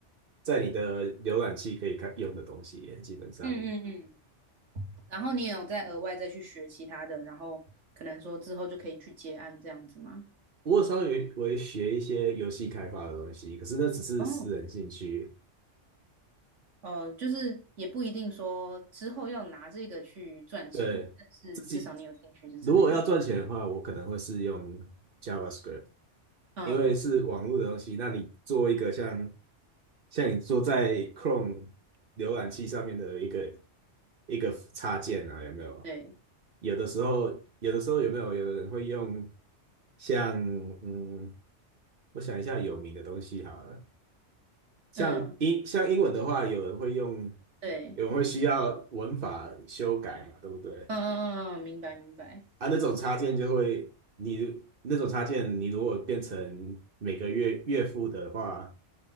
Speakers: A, on the right (about 50°); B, on the right (about 75°).
A: 在你的浏览器可以看用的东西耶基本上。
B: 嗯嗯嗯。然后你也有再额外再去学其他的，然后可能说之后就可以去接案这样子吗？
A: 我有稍微微学一些游戏开发的东西，可是那只是私人兴趣。
B: 哦，呃，就是也不一定说之后要拿这个去赚钱，
A: 对，
B: 但是至少你有兴趣是这样。
A: 自己如果要赚钱的话，我可能会是用 JavaScript，
B: 嗯，
A: 因为是网络的东西。那你做一个像像你做在 Chrome 浏览器上面的一个一个插件啊，有没有？
B: 对，
A: 有的时候，有的时候有没有有人会用像嗯，我想一下有名的东西好了，像英像英文的话，
B: 嗯，
A: 有人会用，
B: 对，
A: 有人会需要文法修改嘛，对不对？
B: 嗯嗯嗯，嗯明白明白，
A: 啊，那种插件就会，你那种插件，你如果变成每个月月付的话，